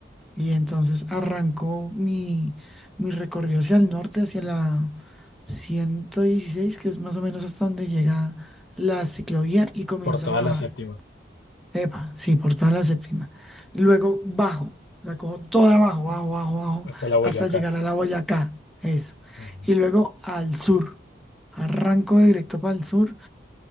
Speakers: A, in the centre; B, on the left.
A: Y entonces arrancó mi, mi recorrido hacia el norte, hacia la 116 que es más o menos hasta donde llega la ciclovía y comienza
B: Por toda
A: a bajar.
B: la séptima,
A: Epa, sí, por toda la séptima. Y luego bajo, la cojo toda abajo, bajo, bajo, bajo,
B: hasta la Boyacá,
A: hasta llegar a la Boyacá. Eso.
B: Ajá.
A: Y luego al sur. Arranco directo para el sur.